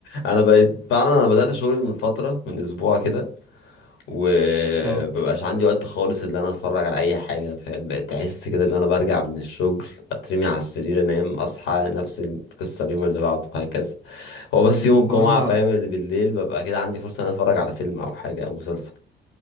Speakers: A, on the left; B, on the right.
A: انا بقيت فعلا انا بدات شغل من فتره من اسبوع كده ومبقاش
B: اه
A: عندي وقت خالص ان انا اتفرج على اي حاجه فاهم بقيت احس كده ان انا برجع من الشغل اترمي على السرير انام اصحى نفس القصه اليوم اللي بعده وهكذا هو بس يوم الجمعه
B: هو انا
A: فاهم اللي بالليل ببقى كده عندي فرصه ان انا اتفرج على فيلم او حاجه او مسلسل